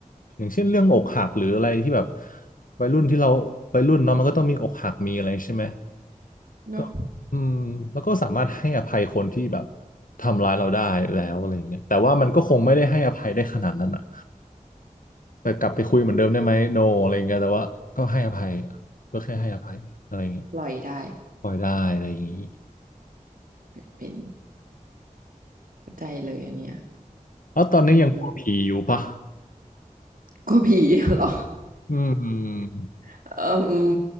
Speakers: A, on the left; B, on the right.
A: อย่างเช่นเรื่องอกหักหรืออะไรที่แบบวัยรุ่นที่เราวัยรุ่นเนาะมันก็ต้องมีอกหักมีอะไรใช่ไหม
B: เนาะ
A: ก็อืมแล้วก็สามารถให้อภัยคนที่แบบทำร้ายเราได้แล้วอะไรเงี้ยแต่ว่ามันก็คงไม่ได้ให้อภัยได้ขนาดนั้นอ่ะ แต่กลับไปคุยเหมือนเดิมได้ไหมโนอะไรเงี้ยแต่ว่าก็ให้อภัยก็แค่ให้อภัยอะไรเงี้ย
B: ปล่อยได้
A: ปล่อยได้อะไรอย่างงี้
B: เป็นเข้าใจเลยอันเนี้ย
A: แล้วตอนนี้ยังกลัวผีอยู่ปะ
B: อืมกลัวผีเหรอ
A: อืม
B: เอออืม